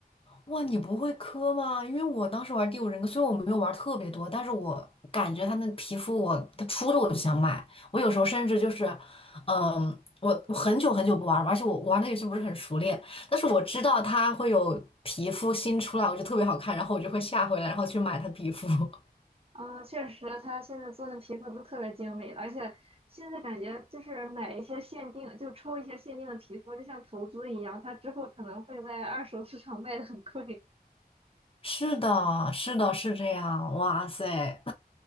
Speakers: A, on the left; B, on the right.
A: 哇，你不会磕吗？因为我当时玩第五人格，虽然我没有玩特别多，但是我感觉它那皮肤我，它出的我就想买。我有时候甚至就是，嗯，我我很久很久不玩了，而且我玩那游戏不是很熟练，但是我知道它会有皮肤新出来，我就特别好看，然后我就会下回来，然后去买它皮肤。<laughs>
B: 啊，确实，他现在做的皮肤都特别精美了而且现在感觉就是买一些限定，就抽一些限定的皮肤，就像投资一样，他之后可能会在二手市场卖的很贵。
A: 是的，是的，是这样。哇塞！